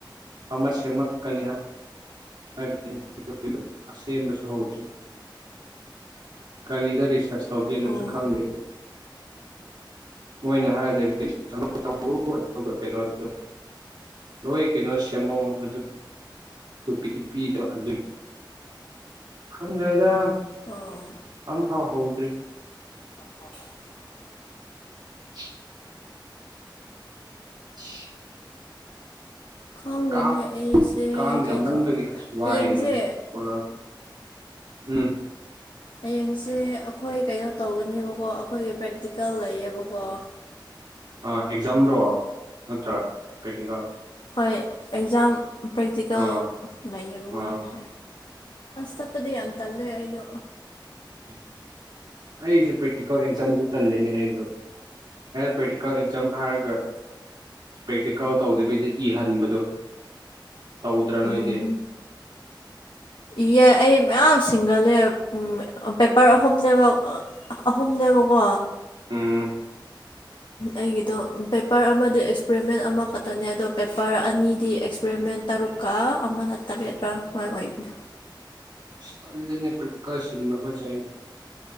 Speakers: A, on the right; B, on the left.
A: ꯑꯃ ꯁꯦꯝꯃꯛꯀꯅꯤ ꯍꯥꯏ ꯍꯥꯏꯕꯁꯤ ꯑꯩꯈꯣꯏ ꯑꯁꯦꯡꯕꯁꯨ ꯍꯧꯗ꯭ꯔꯤ ꯀꯔꯤꯗ ꯔꯤꯁꯔꯁ ꯇꯧꯗꯣꯏꯅꯁꯨ
B: ꯑꯣ
A: ꯈꯪꯗꯦ ꯃꯣꯏꯅ ꯍꯥꯏꯔꯗꯤ <unintelligible> ꯅꯣꯏ ꯀꯩꯅꯣ ꯁꯦꯝꯃꯣ ꯑꯗꯨ ꯇꯣꯄꯤꯛꯇꯤ ꯄꯤꯗꯕ ꯑꯗꯨꯢ ꯈꯪꯗ꯭ꯔꯦꯗ
B: ꯑꯣ
A: ꯑꯝꯐꯥꯎ ꯍꯧꯗ꯭ꯔꯤ
B: <unintelligible>
A: <unintelligible> ꯁꯤ
B: ꯈꯪꯗꯦꯅꯦ
A: ꯀꯥꯡ
B: ꯑꯩꯁꯦ
A: ꯀꯥꯡ
B: ꯀꯩꯗꯣ
A: ꯌꯥꯝꯃꯟꯕꯒꯤ ꯑꯁ ꯋꯥꯏꯅꯦ
B: ꯍꯌꯦꯡꯁꯦ
A: ꯍꯧꯖꯤꯛ ꯊꯣꯛꯂꯛꯑꯒ ꯎꯝ
B: ꯍꯌꯦꯡꯁꯦ ꯑꯈꯣꯏ ꯀꯩꯅꯣ ꯇꯧꯒꯅꯦꯕꯀꯣ ꯑꯈꯣꯏꯒꯤ ꯄ꯭ꯔꯦꯛꯇꯤꯀꯦꯜ ꯂꯩꯌꯦꯕꯀꯣ
A: ꯑꯥ ꯑꯦꯛꯖꯥꯝꯔꯣ ꯅꯠꯇ꯭ꯔꯥ ꯄ꯭ꯔꯦꯛꯇꯤꯀꯦꯜ
B: ꯍꯣꯏ ꯑꯦꯛꯖꯥꯝ ꯄ꯭ꯔꯦꯛꯇꯤꯀꯦꯜ
A: ꯑꯥ
B: ꯂꯩꯌꯦꯕ
A: ꯑꯥ
B: ꯍꯌꯦꯡꯁꯦ ꯑꯁ ꯆꯠꯄꯗꯤ ꯌꯥꯝ ꯇꯜꯂꯦ ꯑꯩꯗꯣ
A: <unintelligible> ꯑꯩꯁꯦ ꯄ꯭ꯔꯦꯛꯇꯤꯀꯦꯜ ꯑꯦꯛꯖꯥꯝꯁꯦ ꯇꯜꯂꯤꯅꯦ ꯑꯩꯁꯨ ꯄ꯭ꯔꯦꯛꯇꯤꯀꯦꯜ ꯑꯦꯛꯖꯥꯝ ꯍꯥꯏꯔꯒ ꯒ ꯄ꯭ꯔꯦꯛꯇꯤꯀꯦꯜ ꯇꯧꯗꯕꯤꯗ ꯏꯍꯟꯕꯗꯣ ꯇꯧꯗ꯭ꯔ
B: ꯎꯝ
A: ꯅꯣꯏꯗꯤ
B: ꯏꯌꯦ ꯑꯩ ꯃꯌꯥꯝ ꯁꯤꯡꯒꯜꯂꯦ ꯎꯝ ꯄꯦꯄꯔ ꯑꯍꯨꯝꯅꯦꯕ ꯑꯥ ꯑꯍꯨꯝꯅꯦꯕꯀꯣ
A: ꯎꯝ
B: ꯑꯩꯒꯤꯗꯣ ꯄꯦꯄꯔ ꯑꯃꯗꯤ ꯑꯦꯛꯁꯄꯦꯔꯤꯃꯦꯟ ꯑꯃꯈꯛꯇꯅꯦ ꯑꯗꯣ ꯄꯦꯄꯔ ꯑꯅꯤꯗꯤ ꯑꯦꯛꯁꯄꯦꯔꯤꯃꯦꯟ ꯇꯔꯨꯛꯀ ꯑꯃꯅ ꯇꯔꯦꯠꯔꯥ ꯃꯥꯏ ꯑꯣꯏꯕꯅꯤ
A: ꯇꯟꯂꯤꯅꯦ ꯄ꯭ꯔꯦꯛꯇꯤꯀꯦꯜ ꯁꯤꯟꯕ ꯈꯣꯏꯁꯦ